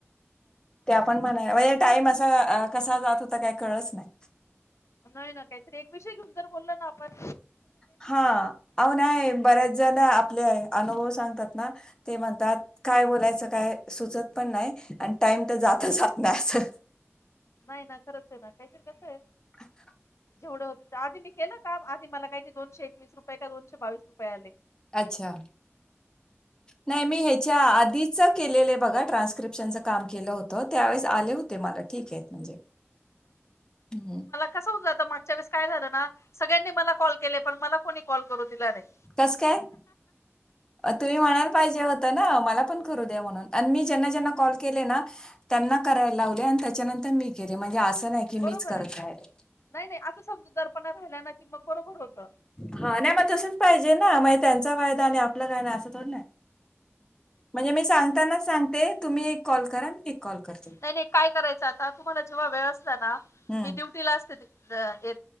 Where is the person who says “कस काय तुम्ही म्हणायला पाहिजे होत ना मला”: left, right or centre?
Left